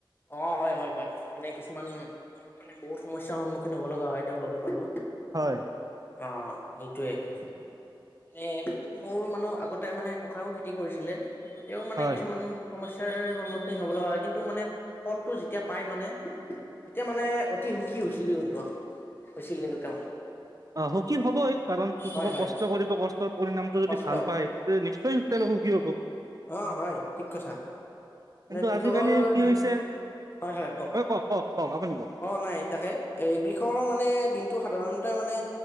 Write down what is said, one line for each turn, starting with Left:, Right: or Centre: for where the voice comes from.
Left: অ হয়, হয়, হয় মানে কিছুমান মানে বহুত সমস্যাৰ সন্মুখীন হ'ব লগা হয় তেওঁলোক বাৰু।
Right: হয়
Left: অ সেইটো। এ মোৰ মানহ আগতে মানে ককও খেতি কৰিছিলে। কিন্তু তেওঁ মানে
Right: হয়
Left: কিছুমান। সমস্যয়াৰ সন্মুখীন হ'ব লগা হয় কিন্তু মানে। ফলটো যেতিয়া পাই মানে। এতিয়া মানে অতি সুখী হৈছিলো। বছিল ল কিটো তেওঁ।
Right: অ সুখী হবই কাৰণ কৃষকে
Left: হয় হয়
Right: কষ্ট কৰিব কষ্টৰ পৰিণামটো যদি
Left: কষ্ট
Right: ভাল পায় তেতিয়া নিশ্চয়। তে ন কি হব।
Left: অ হয় ঠিক কথা। মানে
Right: কিন্তু
Left: কৃষকৰ
Right: আজিকালি কি
Left: দিন
Right: হৈছে
Left: হয় হয় ক
Right: কওক কওক কওক আপুনি কওক
Left: অ নাই তাকে এ কৃষকৰ মানে দিনটো সাধাৰণ। মানে